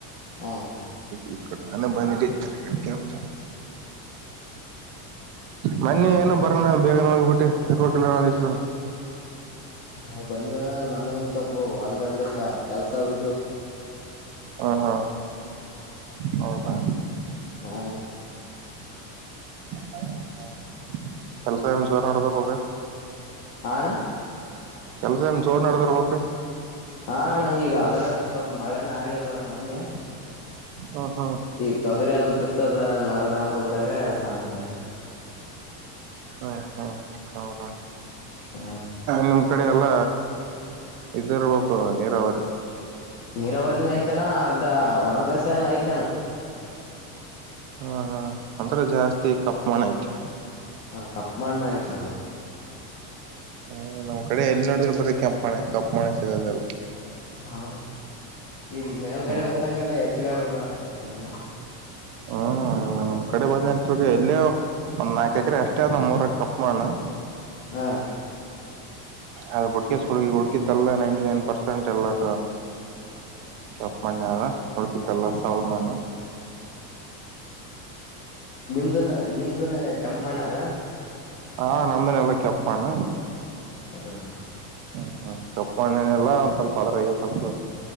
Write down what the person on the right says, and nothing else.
ಈ ನಾನ ಬಂದಿದ್ದಂತ ಮನ್ನಿ ಏನೋ ಬರಣ ಬೇಗನೆ ಹೋಗ್ಬಿಟ್ಟಿ ಇರ್ ಕಲೋ ನ.
ಹಾ ಹಾ ಹೌದಾ
ಲ ಒಕ್ತ ಕೆಲಸ ನಚರ ಅಡ ತರ್ಪಕ
ಕೆಲ್ಸ ಏನ್ ಜೋರ್ ನಡದರ್ಬೇಕು
ಹ್ಮ ಹ್ಮ್
ಹ್ಮ ಹಾ ಹೌದಾ
ನಿಮ್ ಕಡೆ ಎಲ್ಲ ಇದಿರ್ಬೇಕು ನೀರಾವರಿ
ಹಾ ಹಾ ಒಥರ ಜಾಸ್ತಿ ಕಪಮಾನ ಐ್ತೆ.
ಹ್ಮ ನಮ್ಮ್ ಕಡೆ ಎಲ್ಲಿ ನೋಡಿದ್ರರು ಬರ್ರ ಕೆಂಪ ಮಣೆ ಕಪ್ಪು ಮಣೆ ಸಿಗದರು
ಹ್ಮ್
ಹ್ಮ್ ಇವಾಗ ನಮ್ ಕಡೆ ಬಂದ ನತ್ ಎಲ್ಲೇ ಒಂದಾಲ್ಕ ಎಕರೆ ಅಷ್ಟೇ ನ ಮೂೂರ ಕಪ್ಪಣ.
ಅದ ಬುಟ್ಕುಡು ಉುಡುಕಿದ್ದಲ್ಲ ನೈನ್ಟಿ ನೈನ್ ಪರ್ಸೆಂಟ್ ಎಲ್ಲಟ ಕೆಪ್ ಮಣ್ಣಿದ ಹುಳ್ಕಿದ್ದಲ್ಲ ಸಾವಳ ಮಾನ.
ಹಾ ನಮ್ಮದ್ರಗು ಕೆಂಪ ಮಣ್ಣ.
ಹ್ಮ ಕಪ್ಪಣ್ಣನೆ ಎಲ್ಲ ಸ್ವಲ್ಪ ಅದ್ರಾಗ ಸ್ವಲ್ಪ